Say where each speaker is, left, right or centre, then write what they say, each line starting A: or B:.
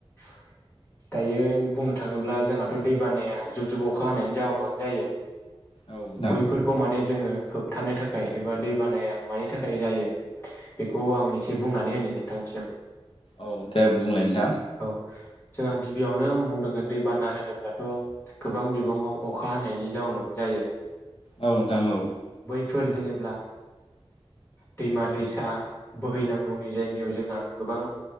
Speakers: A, on the left; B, on the left.
A: <inaudible> दायो बुं नो थांङोब्ला जोंहाथ' दै बानाया जुब जुब अखा हानायनि जााहोनावनो जायो
B: नोंथां? औ नोंथां
A: बैफोरखौ माने जोंङो होबथानो थाखाय थाखाय एबा दै बानाया मानि थाखाय जायो बेखौ आं एसे बुंनानै होनि नोंथांसिम
B: औ दे दे बुंलाय नोंथां
A: औ जोंहा गिबियावनो आं बुंग्रुगोन दैबाना होनोब्लाथ गोबां बिबांङाव अखा हानायनि जाउनावनो जायो।
B: औ नोंथां औ
A: फोर जेनेब्ला दैमा दैसा बोहैनांगौनि जायगायाव जोंहा गोबां